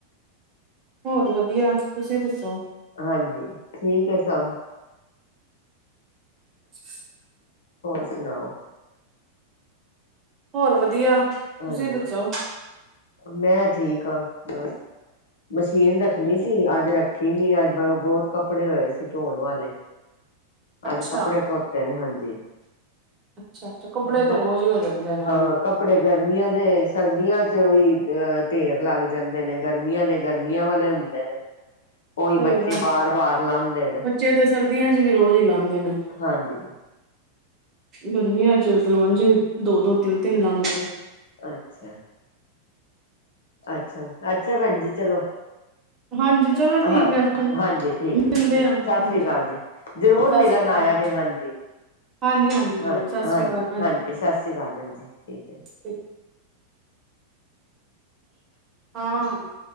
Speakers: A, on the right (about 30°); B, on the left (about 65°).
A: ਹੋਰ ਵਧੀਆ, ਤੁਸੀਂ ਦੱਸੋ?
B: ਹਾਂਜੀ, ਠੀਕ ਏ ਸਭ।
A: <inaudible>
B: ਹੋਰ, ਸੁਣਾਓ।
A: ਹੋਰ, ਵਧੀਆ।
B: ਹਾਂਜੀ,
A: ਤੁਸੀਂ ਦੱਸੋ
B: ਮੈਂ ਠੀਕ ਹਾਂ ਬਸ। ਮਸ਼ੀਨ ਰੱਖਣੀ ਸੀ, ਅੱਜ ਰੱਖ ਨੀ, ਅੱਜ ਬੋਤ ਕੱਪੜੇ ਹੋਏ ਸੀ ਧੋਣ ਵਾਲੇ।
A: ਅੱਛਾ
B: ਅੱਜ ਕੱਪੜੇ ਧੋਤੇ ਨੇ, ਹਾਂਜੀ,
A: ਅੱਛਾ ਅੱਛਾ ਕੱਪੜੇ
B: ਬਸ
A: ਤੇ ਰੋਜ਼ ਹੀ ਹੋ ਜਾਂਦੇ ਨੇ
B: ਹਾਂ ਕੱਪੜੇ ਗਰਮੀਆਂ ਦੇ, ਸਰਦੀਆਂ ਚ ਵੀ ਅ ਢੇਰ ਲੱਗ ਜਾਂਦੇ ਨੇ। ਗਰਮੀਆਂ ਦੇ ਗਰਮੀਆਂ ਵਾਲੇ ਹੁੰਦੇ ਨੇ।
A: <inaudible>
B: ਔਈ, ਬੱਚੇ
A: ਗੱਲ
B: ਬਾਰ-ਬਾਰ ਲਾਂਦੇ ਨੇ।
A: ਬੱਚੇ ਤੇ ਸਰਦੀਆਂ ਚ ਵੀ ਰੋਜ਼ ਈ ਲਾਂਦੇ ਨੇ।
B: ਹਾਂਜੀ।
A: ਗਰਮੀਆਂ ਚ, ਤੇ ਔੰਝ ਦੋ-ਦੋ, ਤਿੰਨ-ਤਿੰਨ ਲਾਂਦੇ ਨੇ।
B: ਅੱਛਾ। ਅੱਛਾ, ਅੱਛਾ ਭੈਣ ਜੀ, ਚਲੋ।
A: ਹਾਂਜੀ। ਚਲੋ ਠੀਕ
B: ਹਾਂ,
A: ਹੈ
B: ਹਾਂਜੀ, ਠੀਕ
A: ਮਿਲਦੇ
B: ਠੀਕ।
A: ਆ
B: ਸ
A: ਹਾਂਜੀ
B: ਸਰੀ ਕਾਲ ਜੀ, ਜਰੂਰ
A: ਸਤਿ
B: ਮਿਲਣ
A: ਸ੍ਰੀ ਅਕਾਲ
B: ਆਇਆ ਜੇ ਹਾਂਜੀ।
A: ਹਾਂਜੀ ਹਾਂਜੀ ਜ਼ਰੂਰ
B: ਹਾਂ
A: ਸਤਿ
B: ਹਾਂਜੀ
A: ਸ੍ਰੀ ਅਕਾਲ ਭੈਣ
B: ਹਾਂਜੀ ਸਾਸ ਰੀ ਕਾਲ, ਭੈਣਜੀ। ਠੀਕ ਏ।
A: ਜੀ ਹਾਂ।